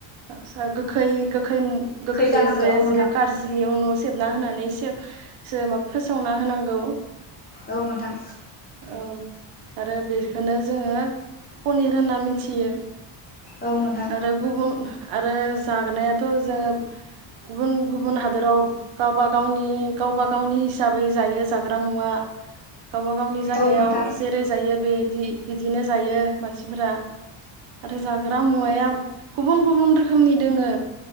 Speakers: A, on the right (about 75°); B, on the left (about 20°).
A: आसा गोखै गोैखै गोखै
B: जालाङो
A: जे
B: औ नोंथां
A: जे कारजि न' सेबना होनानै <unintelligible> जे मा फोसावना होनांगौ
B: औ नोंथां
A: औ आरो बेखौनो जोङो पनिर होनना मिथियो
B: औ नोंथां
A: आरो गुबुन आरो जानायाथ जोङो गुबुन गुबुन हादोराव गावबा गावनि गावबा गावनि हिसाबै जायो जाग्रा मुवा। गावनि जायगायाव
B: औ नोंथां
A: जेरै जायो बेदि। बिदिनो जायो मानसिफोरा आरो जाग्रा मुवाया गुबुन गुबुन रोखोमनि दोङो।